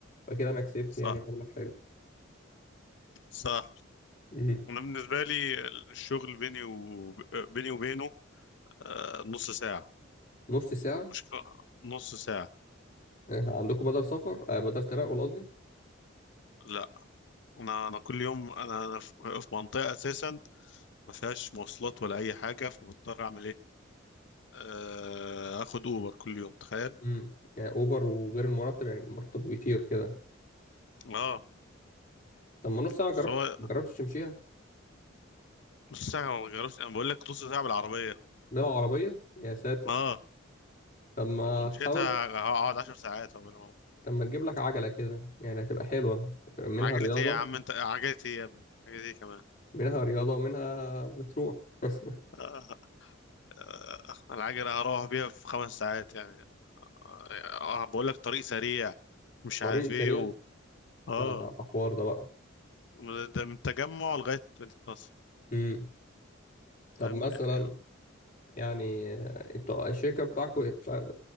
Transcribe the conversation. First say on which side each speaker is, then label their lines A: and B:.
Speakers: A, on the left (about 40°); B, on the left (about 60°).
A: فكده انا كسبت
B: صح
A: يعني مبلغ حلو
B: صح
A: مهم.
B: انا بالنسبه لي الشغل بيني وب... بيني وبينه آه نص ساعه
A: نص ساعه
B: مشكله نص ساعه
A: آه، عندكم بدل سفر آه، بدل تنقل قصدي
B: لا انا انا كل يوم انا انا في في منطقه اساسا ما فيهاش مواصلات ولا اي حاجه فبضطر اعمل ايه آه اخد اوبر كل يوم تخيل
A: امم يعني اوبر وغير المرتب يعني المرتب بيطير كده
B: اه
A: طب ما نص ساعه
B: سواء
A: جربت ما جربتش تمشيها
B: نص ساعه ما بغيرش انا بقول لك نص ساعه بالعربيه
A: بالعربيه يا ساتر
B: اه
A: طب ما
B: لو مشيتها
A: تحاول
B: هقعد عشر ساعات قبل ما أوصل.
A: طب ما تجيب لك عجله كده يعني هتبقى حلوه منها
B: عجلة
A: رياضه
B: ايه يا عم انت عجلة ايه يا ابني عجلة ايه كمان
A: منها رياضه ومنها بتروح <laughs>
B: <laughs> آه، آه، العجلة هروح بيها في خمس ساعات يعني اه آه، بقول لك طريق سريع مش
A: طريق
B: عارف
A: سريع
B: ايه و... اه
A: لا ده ده حوار ده بقى
B: من ده من التجمع لغاية مدينة نصر
A: امم طب
B: فاهم
A: مثلا
B: يعني
A: يعني آه، انتوا الشركه بتاعكم مش عارف